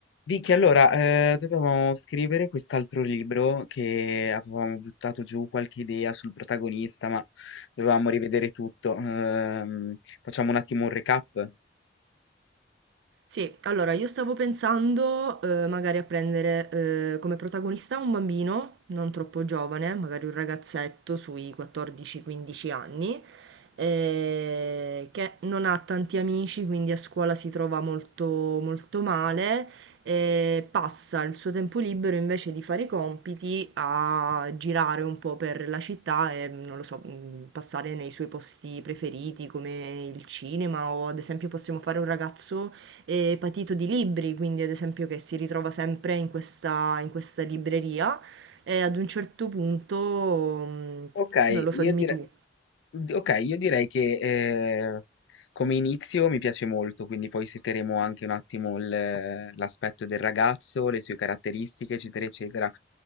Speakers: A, on the left (about 85°); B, on the right (about 70°).
A: Vicky, allora, eh, dovevamo scrivere quest'altro libro che avevamo buttato giù qualche idea sul protagonista, ma dovevamo rivedere tutto. Ehm, facciamo un attimo un recap.
B: Sì, allora io stavo pensando, ehm, magari a prendere, ehm, come protagonista un bambino, non troppo giovane, magari un ragazzetto sui 14-15 anni, eh, che non ha tanti amici, quindi a scuola si trova molto, molto male e passa il suo tempo libero invece di fare i compiti a girare un po' per la città e, non lo so, mh, passare nei suoi posti preferiti come il cinema o ad esempio possiamo fare un ragazzo e patito di libri, quindi ad esempio che si ritrova sempre in questa, in questa libreria e ad un certo punto, mm,
A: Ok,
B: non lo
A: io
B: so, dimmi
A: direi.
B: tu.
A: D okay, io direi che, ehm, come inizio mi piace molto, quindi poi seteremo anche un attimo il l'aspetto del ragazzo, le sue caratteristiche, eccetera, eccetera.